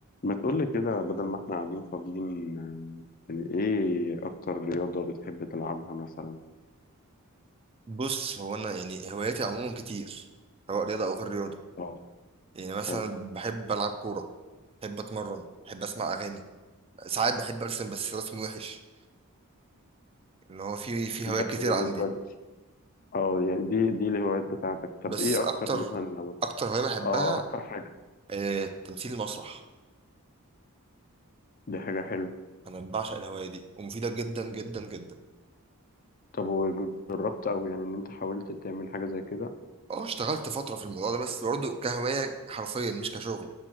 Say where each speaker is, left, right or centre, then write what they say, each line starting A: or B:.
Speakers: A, on the left; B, on the right.
A: ما تقولي كده بدل ما احنا قاعدين فاضيين آه، يعني ايه اكتر رياضة بتحب تلعبها مثلا
B: بص هو انا يعني هواياتي عموما كتير سواء رياضه او غير رياضه
A: اه
B: يعني مثلا
A: حلو
B: بحب العب كوره بحب اتمرن بحب اسمع اغاني ساعات بحب ارسم بس رسم وحش اللي هو في في
A: ده
B: هوايات كتير
A: بالنسبة
B: عندي
A: ل- اه يعني دي دي الهوايات بتاعتك طب
B: بس
A: ايه
B: اكتر
A: اكتر مثلا لو
B: اكتر هوايه بحبها
A: اه اكتر حاجة
B: آه تمثيل المسرح
A: دي حاجة حلوة
B: انا بعشق الهوايه دي ومفيده جدا جدا جدا
A: طب وجربت او يعني ان انت حاولت تعمل حاجة زي كده
B: اه اشتغلت فتره في الموضوع ده بس برضه كهوايه حرفيا مش كشغل